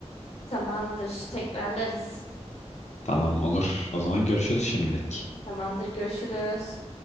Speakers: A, on the left; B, on the left.
A: Tamamdır, tekrarlarız.
B: Tamam olur. O zaman görüşürüz şimdilik.
A: Tamamdır, görüşürüz.